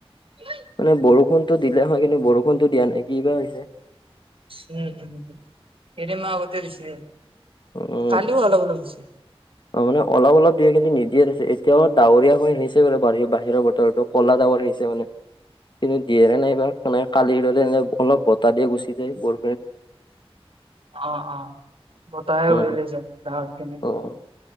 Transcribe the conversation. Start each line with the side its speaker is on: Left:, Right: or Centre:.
Right: উ <unintelligible>
Left: মানে বৰষুণতো দিলে হয়, কিন্তু বৰষুণতো দিয়া নাই কিবা হৈছে?
Right: উম, হুম, কেই দিন মান আগতে দিছে,
Left: উম
Right: কালিও অলপ অলপ দিছে।
Left: অ' মানে অলপ অলপ দিয়ে কিন্তু নিদিয়ে, তাৰপিছত এতিয়া ডাৱৰীয়া হৈ আহিছে। দে বাৰু বাহিৰৰ বতৰো ক'লা ডাৱৰ আহিছে মানে কিন্তু দিয়েনে নাই বা? সে কালিৰ দৰে এনেই অলপ বতাহ দিয়ে গুচি যায় বৰ
Right: অ', অ' বতাহ
Left: উম,
Right: উৰিলৈ যায় ডাৱৰখিনি।
Left: অ',